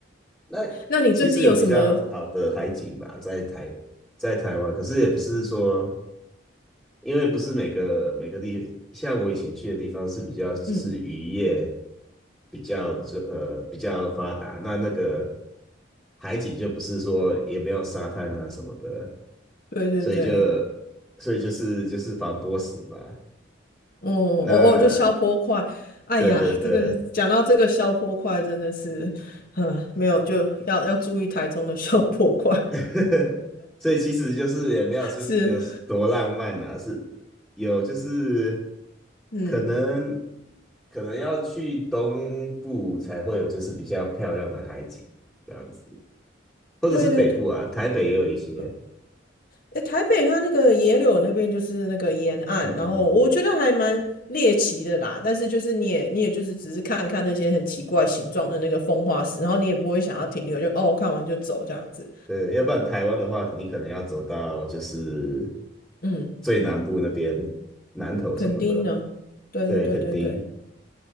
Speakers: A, in the centre; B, on the left.
A: 那其实有比较好的海景吧，
B: 那你最近有什么？
A: 在台在台湾，可是也不是说，因为不是每个每个地，像我以前去的地方是比较就是渔业
B: 嗯，
A: 比较就呃比较发达，那那个海景就不是说也没有沙滩啊什么的，
B: 对对对，
A: 所以就所以就是就是防波石嘛，
B: 哦哦哦，
A: 那
B: 就消坡块，哎呀，
A: 对对对。
B: 这个讲到这个消坡块真的是，嗯，没有就要要注意台中的消坡块，
A: <laughs> 所以其实就是也没有是有多浪漫啊，
B: <laughs> 是，
A: 是有就是
B: 嗯，
A: 可能可能要去东部才会有就是比较漂亮的海景这样子，或者是北部啊，
B: 对对对。对
A: 台北也有一些，
B: 嗯诶，台北它那个野柳那边就是那个沿岸，
A: 嗯嗯嗯，
B: 然后我觉得还蛮猎奇的啦。但是就是你也你也就是只是看看那些很奇怪形状的那个风化石，然后你也不会想要停留，就哦看完就走这样子。
A: 对，要不然台湾的话，肯定可能要走到就是
B: 嗯，
A: 最南部那边，南头什么的，
B: 肯定呢？对对对对对。
A: 对，肯定，